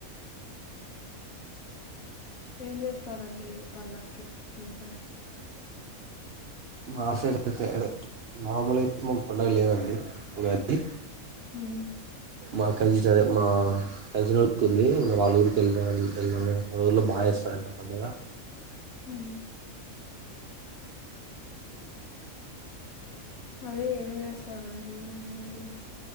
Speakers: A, on the left; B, on the right.
A: ఏం చేస్తారండి పండక్కి మి సైడ్
B: మా సైడ్ సైడ్ మామూలే మాక్ పండగ లేదండి ఉగాది
A: హుమ్
B: మా కజిన్ అదే మా కలిసినోళ్ల పెళ్లి ఇంగా వాళ్ళ ఊరికి వెళ్తాం వెళ్దామ్ వాళ్ళ ఊళ్లో బాగా చేస్తారంట పండగ
A: ఉమ్ అదే ఏం జేస్తారండి అని అడిగ్